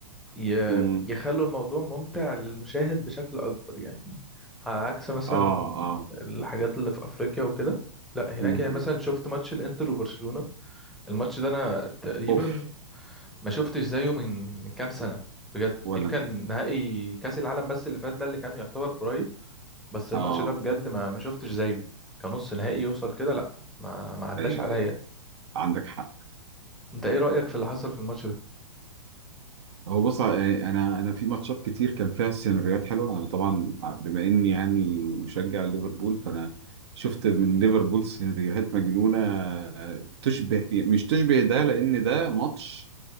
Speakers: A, in the centre; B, on the right.
A: ي-
B: امم
A: يخلوا الموضوع ممتع للمشاهد بشكل اكبر يعني على عكس مثلا
B: اه اه
A: الحاجات اللي في افريقيا وكده لا هناك
B: مم.
A: يعني مثلا شفت ماتش الانتر وبرشلونة الماتش ده انا تقريبا
B: اوف
A: ما شفتش زيه من من كام سنة بجد
B: ولا
A: يمكن نهائي كأس العالم بس اللي فات ده اللي كان يعتبر قريب بس الماتش
B: اه
A: ده بجد ما ما شفتش زيه كنص نهائي يوصل كده لا ما ما عداش
B: ايوه
A: عليا
B: ايوه عندك حق
A: انت ايه رأيك في اللي حصل في الماتش ده
B: هو بص يعني انا انا في ماتشات كتير كان فيها سيناريوهات حلوه انا طبعا بما اني يعني مشجع ليفربول فانا شفت من ليفربول سيناريوهات مجنونه آه، تشبه مش تشبه ده لان ده ماتش